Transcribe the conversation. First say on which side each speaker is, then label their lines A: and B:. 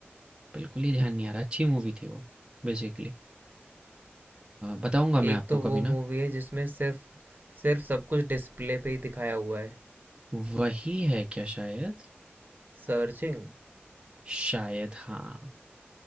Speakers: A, on the right; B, on the right.
A: बिल्कुल ही ध्यान नहीं आ रहा अच्छी मूवी थी वो बेसिकली बताऊंगा मैं
B: एक
A: आपको
B: तो वो
A: कभी ना
B: मूवी है जिसमें सिर्फ सिर्फ सब कुछ डिस्प्ले पे ही दिखाया हुआ है
A: वही है क्या शायद
B: सर्चिंग
A: शायद हाँ